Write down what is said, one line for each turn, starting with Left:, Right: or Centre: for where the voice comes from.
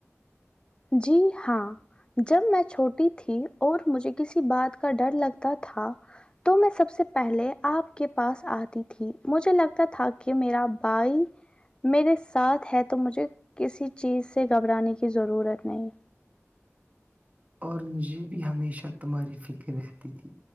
Left: جی ہاں جب میں چھوٹی تھی اور مجھے کسی بات کا ڈر لگتا تھا تو میں سب سے پہلے آپ کے پاس آتی تھی مجھے لگتا تھا کہ میرا بھائی میرے ساتھ ہے تو مجھے کسی چیز سے گھبرانے کی ضرورت نہیں
Right: اور مجھے بھی ہمیشہ تمہاری فکر رہتی تھی